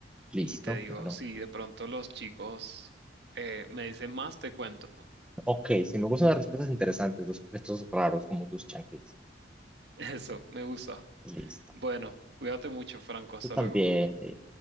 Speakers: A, in the centre; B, on the right.
A: Listo,
B: Y te digo,
A: claro.
B: si de pronto los chicos eh, me dicen más, te cuento.
A: Ok, si me gustan las respuestas interesantes, los objetos raros como tus chanclas.
B: <laughs> Eso, me gusta.
A: Listo.
B: Bueno, cuídate mucho, Franco. Hasta
A: Tú también.
B: luego.
A: sí.